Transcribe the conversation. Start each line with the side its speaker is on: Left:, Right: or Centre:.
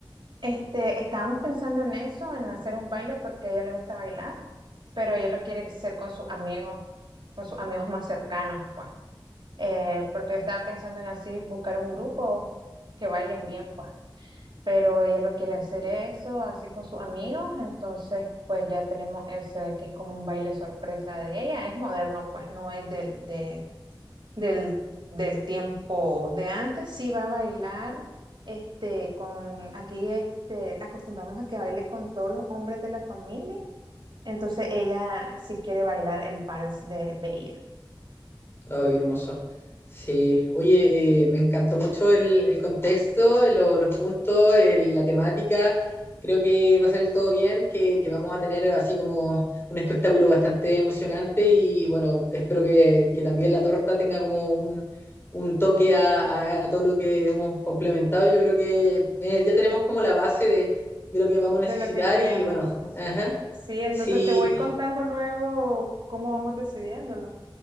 Right: Este, estábamos pensando en eso, en hacer un baile porque a ella le gusta bailar, pero ella lo quiere hacer con sus amigos, con sus amigos más cercanos, pues. Eh, porque yo estaba pensando en así buscar un grupo que bailen bien, pues. Pero ella lo quiere hacer eso, así con sus amigos, entonces pues ya tenemos ese que es como un baile sorpresa de ella, es moderno, pues no es del- de, del, del tiempo de antes, sí va a bailar, este, con, aquí, este, acostumbramos a que baile con todos los hombres de la familia, entonces ella sí quiere bailar el vals de Bella,
Left: Oh, qué hermoso. Sí, oye, eh, me encantó mucho el, el contexto, lo- los puntos, el- la temática. Creo que va a salir todo bien, que, que vamos a tener así como un espectáculo bastante emocionante y bueno, espero que, que también la torta tenga como un, un toque a, a- a todo lo que hemos complementado. Yo creo que eh, ya tenemos como la base de, de lo que vamos a necesitar
Right: de lo que queremos.
Left: y bueno, ajá,
Right: Sí, entonces
Left: sí,
Right: te voy contando luego cómo vamos decidiéndolo.